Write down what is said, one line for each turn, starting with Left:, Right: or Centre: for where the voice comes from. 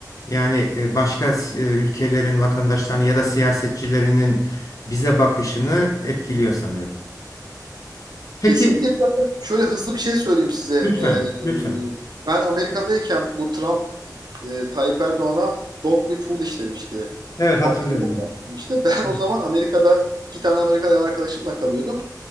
Left: Yani e, başka si- e, ülkelerin vatandaşlarının ya da siyasetçilerinin bize bakışını etkiliyor sanıyorum. Peki
Right: Kesinlikle şöyle hızlı bir şey söyleyeyim size. Ee,
Left: lütfen, lütfen.
Right: ben Amerika'dayken bu Trump e, Tayyip Erdoğan'a don't be foolish demişti.
Left: Evet hatırlıyorum.
Right: Aptal olma demişti. <laughs> Ben
Left: evet.
Right: o zaman Amerika'da iki tane Amerikalı ev arkadaşımla kalıyordum.